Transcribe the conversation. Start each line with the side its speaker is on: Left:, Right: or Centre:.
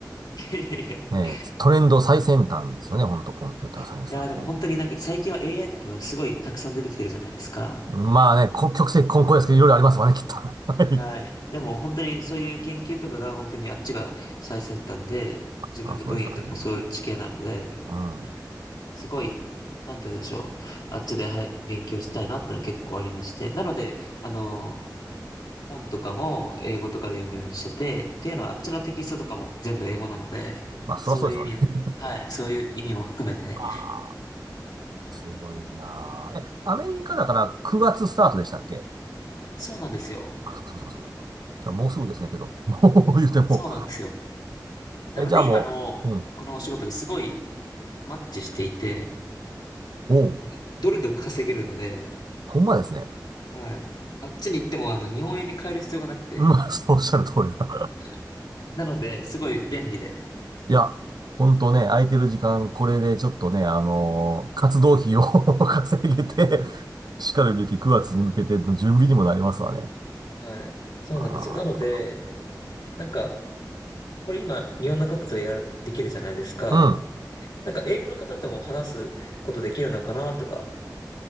Left: <laughs>
Right: ね、トレンド最先端ですよね、ほんとコンピューターサイエンスなんてね。
Left: いや、でも本当になんか最近は AI とかがすごいたくさん出てきてるじゃないですか。
Right: まあね、こ曲折混交ですけど、いろいろありますわね、きっと。<laughs> はい。
Left: はい。でも本当にそういう研究とかが本当にあっちが最先端で、自分の分野とかもそういう地形なので、
Right: そりゃそうですわね。うん。
Left: すごい、なんて言うんでしょう。あっちで、はい、勉強したいなってのは結構ありまして。なので、あの、本とかも英語とかで読むようにしてて、っていうのはあっちのテキストとかも全部英語なので、
Right: まあ、そりゃそうですわね。
Left: そういう意味を、
Right: <laughs>
Left: はい、そういう意味も含めて、
Right: ああ、すごいなあ。え、アメリカだから9月スタートでしたっけ
Left: あ、そうなんですよ。
Right: あ、そうそうそうそう。じゃあもうすぐですね、けど。もう言うても。
Left: あ、そうなんですよ。なので今のこのお仕事がすごい
Right: え、じゃあもう、うん。
Left: マッチしていて、
Right: おう、
Left: あの、ドルで稼げるので、
Right: ほんまですね。
Left: はい。あっちに行っても、あの、日本円に変える必要がなくて、
Right: うんまあ、そうおっしゃる通りだ。
Left: はい。なので、すごい便利で。
Right: いや、ほんとね、空いてる時間、これでちょっとね、あのー活動費を <laughs> 稼げて、
Left: そうなんですよ。
Right: しかるべき9月に向けての準備にもなりますわね。
Left: はい。そうなんですよ。
Right: あ
Left: なので、なんか、これ今、日本の方とやる、できるじゃないですか。
Right: あ。うん。
Left: なんか、英語の方とも話すことできるのかなとか、